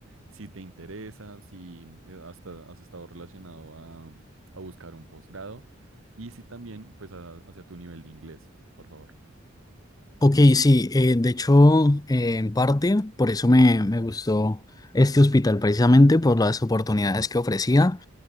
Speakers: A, on the right; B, on the left.
A: si te interesa, si eh, hasta has estado relacionado a, a buscar un posgrado y si también, pues, a- hacia tu nivel de inglés, por favor.
B: Ok, sí, eh, de hecho, eh, en parte, por eso me, me gustó este hospital, precisamente por las oportunidades que ofrecía.